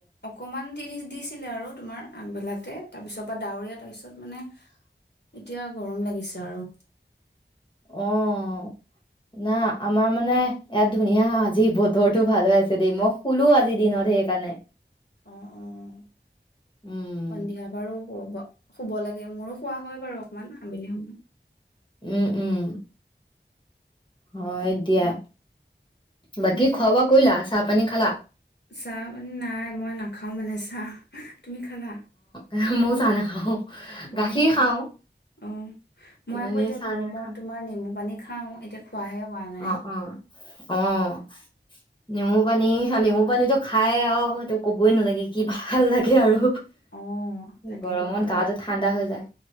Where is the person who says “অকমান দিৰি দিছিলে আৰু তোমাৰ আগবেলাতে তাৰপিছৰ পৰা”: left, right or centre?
Left